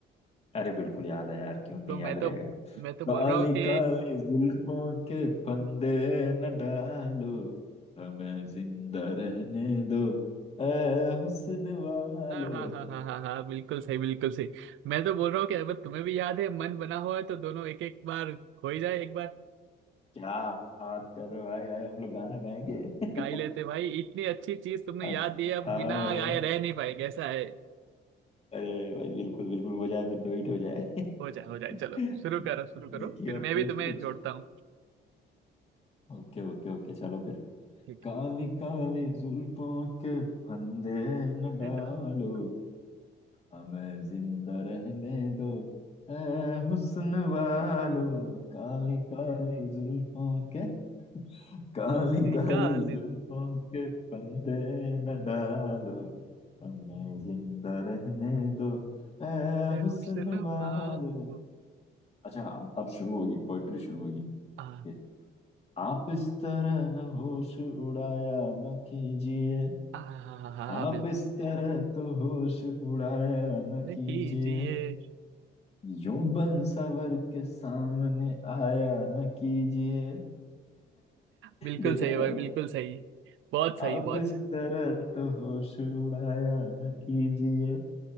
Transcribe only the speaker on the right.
तो
मैं
तो मैं तो बोल
रहा हूँ कि
हाँ हाँ हाँ हाँ हाँ हाँ बिल्कुल सही बिल्कुल सही मैं तो बोल रहा हूँ कि अगर तुम्हें भी याद है मन बना हुआ है तो दोनों एक एक बार हो ही जाए एक बार
गा
ही लेते भाई इतनी अच्छी चीज तुमने
याद दी है, अब
बिना गाए रह नहीं पाएंगे ऐसा है
हो जाए हो जाए
चलो शुरू करो
शुरू करो फिर
मैं
भी तुम्हें
जोड़ता हूँ
ठीक
है डालो
डालो
निकाल
हुस्न
वांगू।
आ
आ हाँ
बिल्कुल
नहीं
कीजिए
बिल्कुल
सही
भाई
बिल्कुल सही बहुत सही
बहुत
सही।